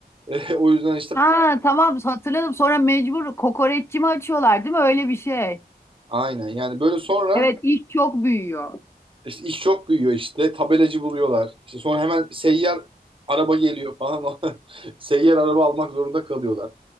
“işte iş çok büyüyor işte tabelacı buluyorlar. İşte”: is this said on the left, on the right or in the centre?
Right